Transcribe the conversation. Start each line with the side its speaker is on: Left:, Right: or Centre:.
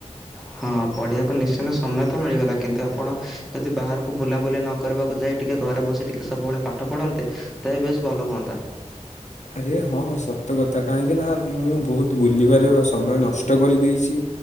Centre: ହଁ ପଢିବାକୁ ନିଶ୍ଚନ୍ତ ସମୟ ତ ମିଳିଗଲା କିନ୍ତୁ ଆପଣ ଯଦି ବାହାରକୁ ବୁଲାବୁଲି ନ କରିବାକୁ ଯାଇ ଟିକେ ଘରେ ବସି ଟିକେ ସବୁବେଳେ ପାଠ ପଢନ୍ତେ ତେବେ ବେଶ ଭଲ ହୁଅନ୍ତା।
Left: ଆରେ ହଁ ସତ କଥା କାହିଁକି ନା ମୁଁ ବୋହୁତ ବୁଲିବାରେ ସମୟ ନଷ୍ଟ କରିଦେଇଛି।